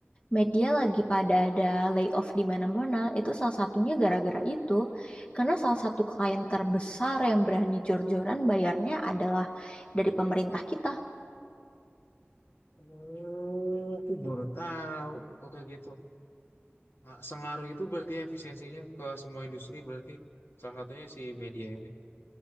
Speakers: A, on the left (about 30°); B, on the left (about 60°).
A: media lagi pada ada layoff di mana-mana itu salah satunya gara-gara itu karena salah satu klien terbesar yang berani jor-joran bayarnya adalah dari pemerintah kita
B: Oh, aku baru tahu. Oke gitu. Nah, sengaruh itu berarti efisiensinya ke semua industri berarti salah satunya si media ini.